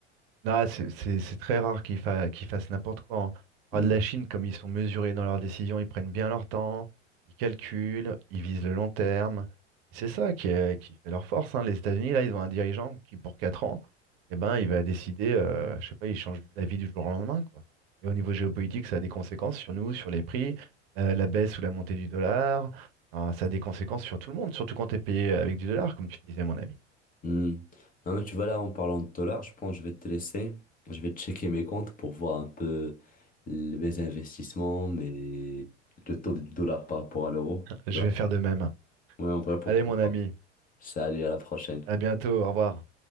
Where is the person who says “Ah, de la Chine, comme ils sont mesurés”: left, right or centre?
Right